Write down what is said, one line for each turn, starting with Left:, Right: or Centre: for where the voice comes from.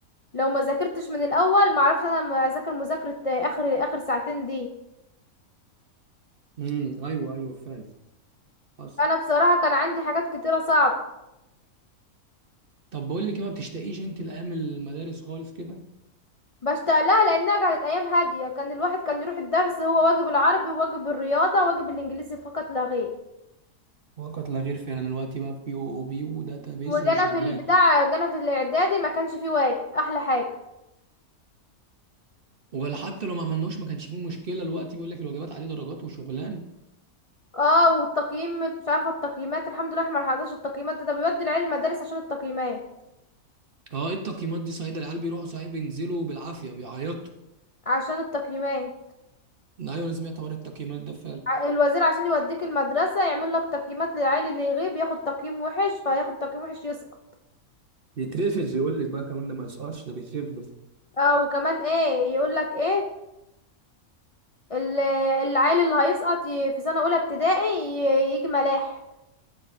Left: لو ما ذاكرتش من الاول ما اعرفش انا ما اذاكر مذاكره آه، اخر اخر ساعتين دي
Right: امم ايوه ايوه فعلا حصل
Left: انا بصراحه كان عندي حاجات كتيره صعبه
Right: طب بقول لك إيه، ما بتشتاقيش انت لايام المدارس خالص كده
Left: بشتاق لها لانها كانت ايام هاديه كان الواحد كان يروح الدرس هو واجب العربي وواجب الرياضه وواجب الانجليزي فقط لا غير
Right: وقت لا غير فينا دلوقتي بقى في او او بي وداتا بيز
Left: وجانا
Right: وشغلانه
Left: في البتاع جانا في الاعدادي ما كانش فيه واجب احلى حاجه
Right: ولا حتى لو ما عملناهوش ما كانش فيه مشكله دلوقتي بيقول لك الواجبات عليه درجات وشغلان
Left: اه والتقييم مش عارفه التقييمات الحمد لله احنا ما لحقناش التقييمات ده, ده بيودي العيال المدارس عشان التقييمات
Right: اه ايه التقييمات دي صحيح ده العيال بيروحوا صحيح بينزلوا بالعافيه بيعيطوا
Left: عشان التقييمات
Right: ايوه انا سمعت حوار التقييمات ده فعلا
Left: ع- الوزير عشان يوديك المدرسه يعمل لك تقييمات للعيل اللي يغيب ياخد تقييم وحش فياخد تقييم وحش يسقط
Right: يترفد بيقول لك بقى كمان ده ما يسقطش ده بيترفدوا
Left: اه وكمان ايه يقول لك ايه ال- العيل اللي هيسقط ي- في سنه اولى ابتدائي ي- يجي ملاحق